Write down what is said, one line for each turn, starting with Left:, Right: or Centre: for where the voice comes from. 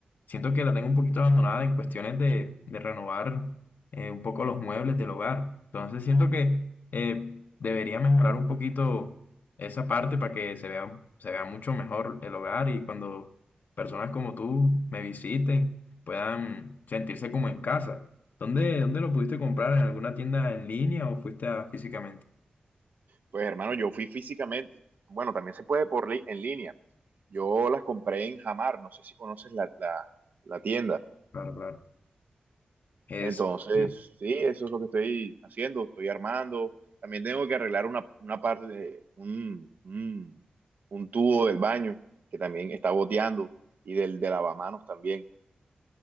Left: siento que la tengo un poquito abandonada en cuestiones de, de renovar eh, un poco los muebles del hogar. Entonces siento que eh, debería mejorar un poquito esa parte para que se vea, se vea mucho mejor el hogar y cuando personas como tú me visiten puedan sentirse como en casa. ¿Dónde, dónde lo pudiste comprar? ¿En alguna tienda en línea o fuiste a físicamente?
Right: Pues hermano, yo fui físicamente. Bueno, también se puede por li- en línea. Yo las compré en Jamar, no sé si conoces la, la- la tienda.
Left: Claro, claro. Es,
Right: Entonces,
Left: sí.
Right: sí, eso es lo que estoy haciendo, estoy armando. También tengo que arreglar una, una parte de un, un- un tubo del baño que también está goteando y del de lavamanos también.